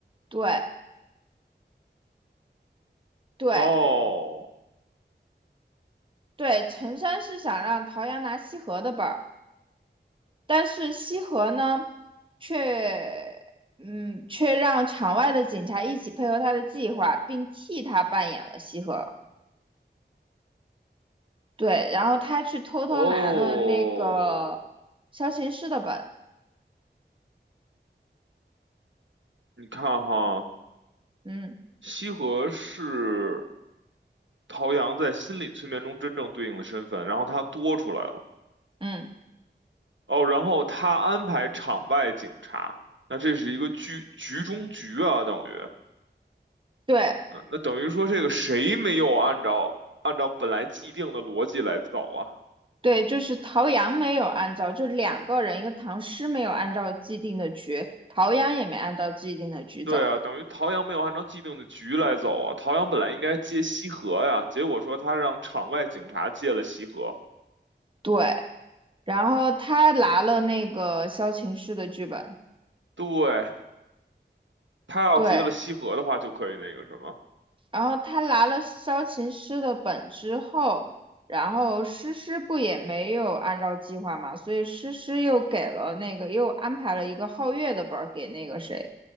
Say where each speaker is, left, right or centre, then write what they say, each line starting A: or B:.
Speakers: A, on the right (about 25°); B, on the right (about 85°).
A: 对对
B: 哦
A: 对，陈山是想让桃园拿西河的本儿，但是西河呢，却嗯却让场外的警察一起配合他的计划，并替他扮演了西河。对，然后他去偷偷拿了那个萧琴师的本，
B: 哦，你看哈，
A: 嗯
B: 西河是陶阳在心理催眠中真正对应的身份，然后他多出来了。
A: 嗯，
B: 哦，然后他安排场外警察，那这是一个局局中局啊，等于，
A: 对，
B: 嗯，那等于说这个谁没有按照按照本来既定的逻辑来走啊？
A: 对，就是陶阳没有按照，就两个人，一个唐诗没有按照既定的局，陶阳也没按照既定的局走。
B: 对啊，等于陶阳没有按照既定的局来走啊。陶阳本来应该接西河呀，结果说他让场外警察接了西河，
A: 对，然后他拿了那个萧琴师的剧本，
B: 对，他要接了西河的话，
A: 对，
B: 就可以那个什么，
A: 然后他拿了萧琴师的本之后，然后诗诗不也没有按照计划嘛，所以诗诗又给了那个又安排了一个皓月的本儿给那个谁，